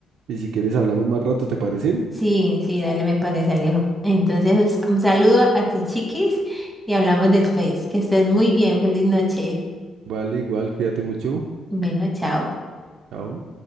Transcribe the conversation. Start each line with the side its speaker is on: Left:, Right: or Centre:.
Right: Y si quieres hablamos más rato, ¿te parece?
Centre: Sí, sí, dale, me parece, Alejo. Entonces, us- un saludo a tus chiquis y hablamos después. Que estés muy bien. Feliz noche.
Right: Vale, igual, cuídate mucho.
Centre: Bueno, chao.
Right: Chao.